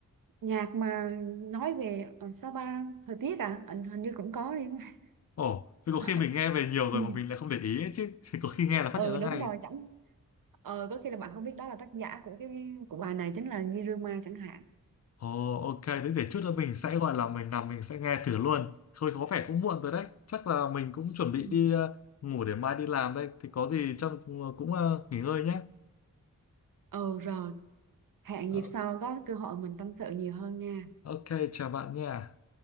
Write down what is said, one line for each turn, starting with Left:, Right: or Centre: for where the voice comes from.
Right: nhạc mà nói về ờ, Sapa thời tiết à, hình hình như cũng có đi. <laughs>
Left: Ồ, thì có
Right: Ờ,
Left: khi mình nghe về nhiều rồi
Right: Ừ.
Left: mà mình lại không để ý ấy chứ. Thì có khi nghe là phát
Right: ừ
Left: hiện ra
Right: đúng
Left: ngay.
Right: rồi chẳng ờ có khi là bạn không biết đó là tác giả của cái của bài này chính là Niruma chẳng hạn
Left: Ồ, ok, thế để chút nữa mình sẽ gọi là mình nằm mình sẽ nghe thử luôn. Thôi có vẻ cũng muộn rồi đấy. Chắc là mình cũng chuẩn bị
Right: Ừ.
Left: đi ờ, ngủ để mai đi làm đây. Thì có gì trong cũng ờ, nghỉ ngơi nhé.
Right: ừ rồi hẹn
Left: Ờ,
Right: dịp sau có cơ hội mình tâm sự nhiều hơn nha
Left: Ok, chào bạn nha.